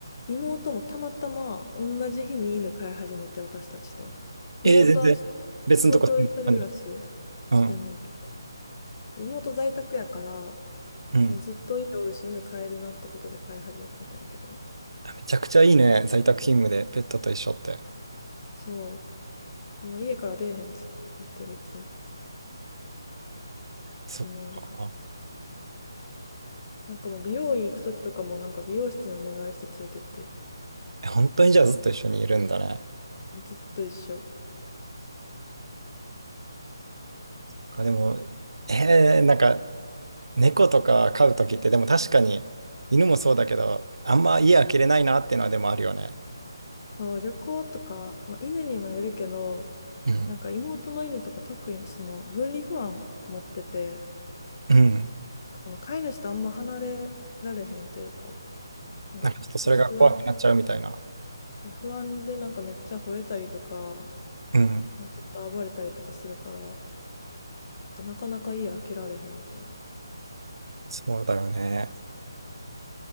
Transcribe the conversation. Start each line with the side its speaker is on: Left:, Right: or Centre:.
Left: 妹もたまたま同じ日に犬飼い始めて、私たちと。妹はちょっ
Right: ええ全然。別のとこ住んでたのに。
Left: と東京で一人暮らししてんねんけど
Right: うん。
Left: で、妹在宅やから、
Right: うん。
Left: もうずっと家おるし、犬飼えるなってことで飼い始めたんやけど、
Right: めちゃくちゃいいね。在宅勤務でペットと一緒って。
Left: そう、もう家から出えへんって言ってる、いつも。
Right: そっか。
Left: みんなおるから。なんかもう美容院行くときとかも、なんか美容室にお願いして連れてってる。
Right: え本当にじゃあずっと一緒にいるんだね。
Left: ずっと一緒。
Right: かでも、えー、なんか猫とか飼うときって、でも確かに犬もそうだけど、あんま家開けれないなっていうのはでもあるよね。
Left: そう、旅行とか、まあ、犬にもよるけど、
Right: うん。
Left: なんか妹の犬とか特にその分離不安持ってて、
Right: うん。
Left: その飼い主とあんま離れられへんというか、なんかちょっと不安、
Right: なんかちょっとそれが怖くなっちゃうみたいな。
Left: そう不安でなんかめっちゃ吠えたりとか、
Right: うん。
Left: なんかちょっと暴れたりとかするから、なんかなかなか家開けられへんみたいな。
Right: そうだよね。